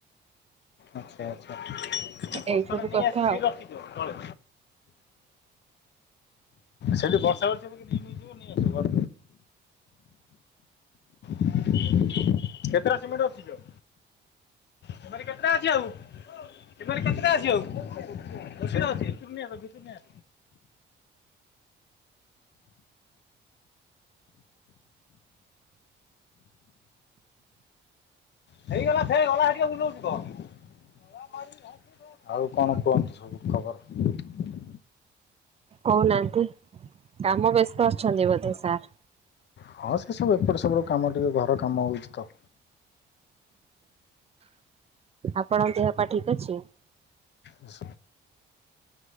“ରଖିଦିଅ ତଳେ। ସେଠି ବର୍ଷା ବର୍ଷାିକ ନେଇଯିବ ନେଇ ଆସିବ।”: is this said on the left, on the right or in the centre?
Left